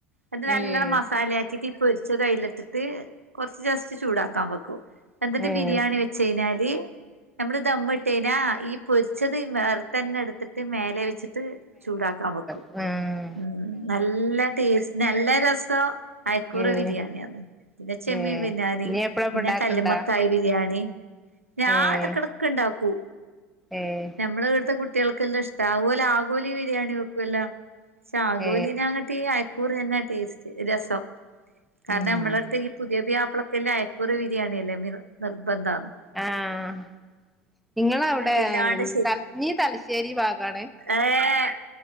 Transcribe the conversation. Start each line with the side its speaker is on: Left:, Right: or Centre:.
Right: എന്നിട്ട്
Centre: ഏഹ്
Right: നല്ല മസാലയാക്കിട്ട് ഇ പൊരിച്ചതയിലിട്ടിട്ട് കൊറച്ച് ജസ്റ്റ് ചൂടാക്കാൻ വെക്കൂ. എന്തട്ട്
Centre: ഏഹ്
Right: ബിരിയാണി വെ ച്ചയ്ഞ്ഞാല് നമ്മള് ദമ്മ്ട്ടയിഞ്ഞാ ഈ പൊരിച്ചത് വേറതന്നെ എടുത്തിട്ട്. ത് മേലെ വെച്ചിട്ട് ചൂടാക്കാൻ വെക്കും.
Centre: ഉം
Right: ഉം നല്ല ടേസ്റ്റ് നല്ല രസം അയക്കൂറ
Centre: ഏഹ്
Right: ബിരിയാണിയാണ്. പിന്നെ ചെമ്മീൻ
Centre: ഏഹ്
Right: ബിരിയാണി
Centre: നീ എപ്പഴാ ഇപ്പ
Right: പിന്നെ
Centre: ഇണ്ടാക്കണ്ടാ
Right: കല്ല്മക്കായ് ബിരിയാണി. ഞാൻ
Centre: ഏഹ്
Right: എടക്കടക്ക്ണ്ടാക്കൂ.
Centre: ഏഹ്.
Right: നമ്മളവട്ത്തെ കുട്ട്യാൾക്കെല്ലഷ്ടാ അഹ്പോലെ ആഗോലി ബിരിയാണി വെക്കൊല്ല. ശാഗോലിനങ്ങട്ടീ
Centre: ഏ
Right: അയക്കൂറ്യെന്നാ ടേസ്റ്റ് രസം. കാരണമ്മളട്ത്ത്
Centre: ഉം
Right: ഈ പുതിയ ബ്യാപ്ലക്ക്ല്ലെ അയക്കൂറ ബിരിയാണിയല്ലേ മിർ നിർബന്ധന്ന്.
Centre: ആഹ് നിങളവ്ടെ
Right: അതില്ലാണ്ട്
Centre: ത നീ തലശ്ശേരി ഭാഗാണ്.
Right: ഏഹ്